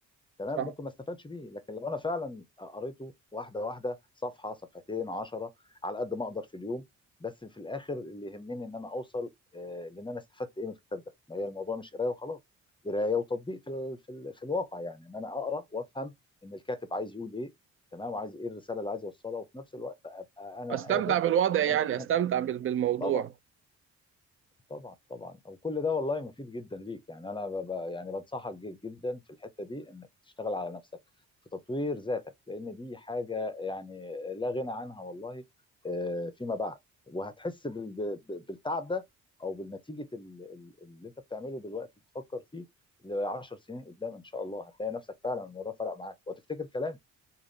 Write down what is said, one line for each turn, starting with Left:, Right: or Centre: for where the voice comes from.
Left: تمام
Right: صح
Left: ممكن ما استفادش بيه لكن لو انا فعلا قريته واحده واحده صفحه صفحتين عشرة على قد ما اقدر في اليوم بس في الاخر اللي يهمني ان انا اوصل آه، لان انا استفدت ايه من الكتاب ده ما هي الموضوع مش قرايه وخلاص قرايه وتطبيق في ال في, ال في الواقع يعني ان انا اقرا وافهم ان الكاتب عايز يقول ايه تمام وعايز ايه الرساله اللي عايز يوصلها وفي نفس الوقت ابقى انا
Right: استمتع
Left: قادر
Right: بالوضع
Left: ان
Right: يعني
Left: انا
Right: استمتع
Left: انفذ
Right: بال- بالموضوع
Left: طبعا طبعا طبعا وكل ده والله مفيد جدا ليك يعني انا ب... ب... يعني بنصحك ج- جدا في الحته دي انك تشتغل على نفسك في تطوير ذاتك لان دي حاجه يعني لا غنى عنها والله آه، فيما بعد وهتحس بال... ب- ب- بالتعب ده او بالنتيجه ال- ال- اللي انت بتعمله دلوقتي بتفكر فيه ل 10 سنين قدام ان شاء الله هتلاقي نفسك فعلا الموضوع فرق معاك وهتفتكر كلامي